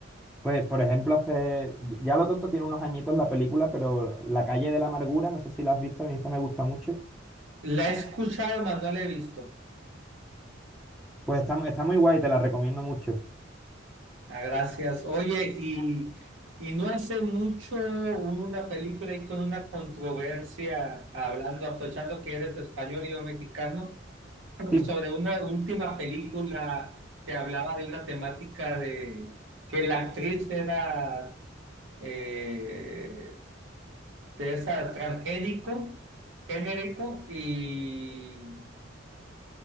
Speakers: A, in the centre; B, on the right.
A: Pues, por ejemplo, hace, ya lo tonto tiene unos añitos la película, pero La calle de la amargura, no sé si la has visto, a mí esa me gusta mucho.
B: La he escuchado, mas no la he visto.
A: Pues está, mu- está muy guay, te la recomiendo mucho.
B: Ah, gracias. Oye, y, y no hace mucho hubo una película ahí con una controversia, hablando, aprovechando que eres español y yo mexicano,
A: Sí,
B: sobre una última película que hablaba de una temática de que la actriz era... eh, César transgénico, genérico y,